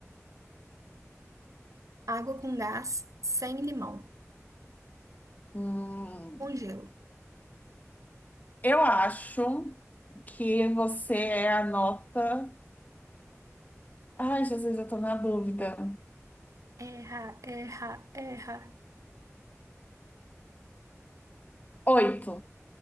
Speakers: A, on the right; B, on the left.
A: Água com gás, sem limão,
B: Hum,
A: com gelo.
B: eu acho que você é a nota. Ai, Jesus, eu tô na dúvida.
A: Erra, erra, erra.
B: Oito.